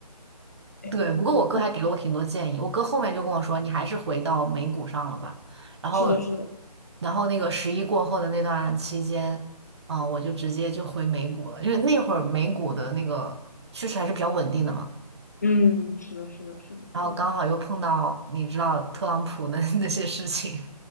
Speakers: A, on the left; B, on the right.
A: 对我碰
B: 对，不过我哥还给了我挺多建议，我哥后面就跟我说你还是回到美股上了吧。然后，
A: 是的，是的，
B: 然后那个十一过后的那段期间，啊、我就直接就回美股了，因为那会儿美股的那个趋势还是比较稳定的嘛。
A: 嗯，是的，是的，是的，
B: 然后刚好又碰到你知道特朗普的
A: 对，
B: <laughs> 那些事情。